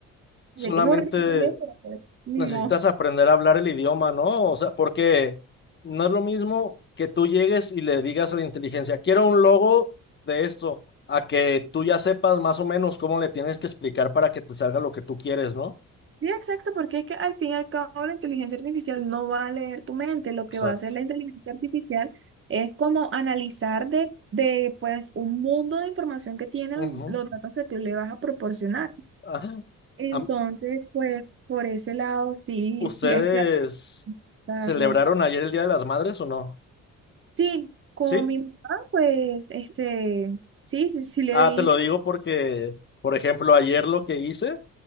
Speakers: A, on the left (about 35°); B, on the right (about 45°).
A: Solamente
B: sé que es horrible, pero pues ni
A: necesitas
B: modo.
A: aprender a hablar el idioma, ¿no? O sea, porque no es lo mismo que tú llegues y le digas a la inteligencia, quiero un logo de esto, a que tú ya sepas más o menos cómo le tienes que explicar para que te salga lo que tú quieres, ¿no?
B: Sí, exacto, porque es que al fin y al cabo la inteligencia artificial no va a leer tu mente, lo
A: Exacto.
B: que va a hacer la inteligencia artificial es como analizar de, de pues un mundo de información que tienen
A: Ujú.
B: los datos que tú le vas a proporcionar.
A: Ajá.
B: Entonces,
A: Am-
B: pues por ese lado sí,
A: ¿Ustedes
B: sí hay que adaptarla.
A: celebraron ayer el Día de las Madres o no?
B: Sí, con
A: Sí,
B: mi mamá, pues, este, sí, sí, sí le
A: Ah,
B: di.
A: te lo digo porque, por ejemplo, ayer lo que hice